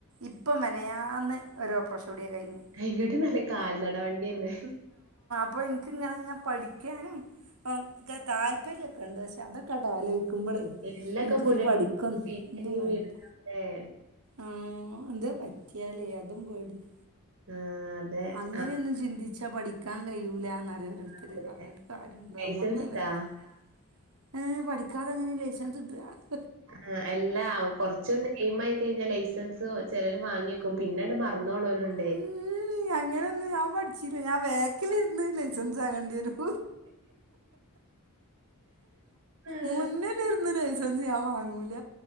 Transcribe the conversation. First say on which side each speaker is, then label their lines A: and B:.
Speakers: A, on the right (about 80°); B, on the right (about 65°).
A: ഇപ്പം മെനയാന്ന് ഒരു ഓപ്പറേഷൻ കൂടി കഴിഞ്ഞു
B: അയിനി കാട്ടി നല്ലത് കാൽനട വണ്ടിയന്നെ
A: ഇപ്പോ എനിക്കങ്ങനെയങ്ങ് പഠിക്കാനും ഒക്കെ താല്പര്യവൊക്കെ ഉണ്ട് പക്ഷെ അതൊക്കൊ <unintelligible> ആലോചി ക്കുമ്പളേ
B: എല്ലൊക്കെ
A: എനക്ക്
B: പൊടിയായി
A: പഠിക്കവൊന്നും
B: പിച്ചി
A: വേണ്ട
B: വീണിട്ടാ ല്ലേ
A: ആഹ് എന്തേ പറ്റിയാല് അതും പേടിയാ
B: ആഹ് അതെ
A: അങ്ങനെയൊന്നും
B: ആഹ്
A: ചിന്തിച്ചാ പഠിക്കാൻ കഴിയൂലാന്നാ ഓരോരു ത്തര്
B: അതെ
A: പറഞ്ഞിട്ട് കാര്യമുണ്ടോ
B: ലൈസൻസ്
A: ഞമ്മക്ക്
B: ഇണ്ടാ
A: <unintelligible> ഏ പഠിക്കാതെങ്ങനെയാ ലൈസൻസ് കിട്ടുക
B: ആ അല്ലാ കൊറച്ചൊന്ന് നെയ്മായി ട്ട് കഴിഞ്ഞാൽ ലൈസൻസ് ചെലര് വാങ്ങി വക്കും പിന്നങ്ങട്ട് മറന്ന് പോണോരുണ്ട്
A: ക്ക് അങ്ങനൊന്നും ഞാൻ പഠിച്ചില്ല ഞാൻ ബാക്കിലിരുന്ന് ലൈ സൻസ് വാങ്ങേണ്ടി വരും
B: ആഹ്
A: മുന്നിലിരുന്ന് ലൈസൻസ് ഞാൻ വാങ്ങൂല